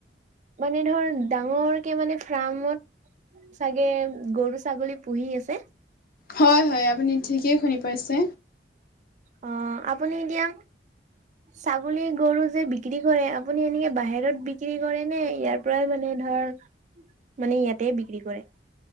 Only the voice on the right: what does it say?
মানে ধৰ ডাঙৰকে মানে ফাৰ্মত চাগে গৰু-ছাগলী পুহি আছে?
অ আপুনি এতিয়া ছাগলী গৰু যে বিক্ৰী কৰে আপুনি এনেকে বাহিৰত বিক্ৰী কৰে নে ইয়াৰ পৰাই মানে ধৰ মানে ইয়াতে বিক্ৰী কৰে?